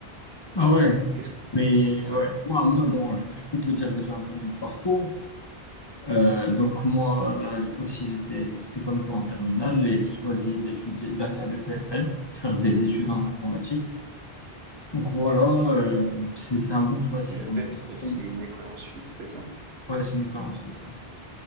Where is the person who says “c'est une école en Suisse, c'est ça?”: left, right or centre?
Right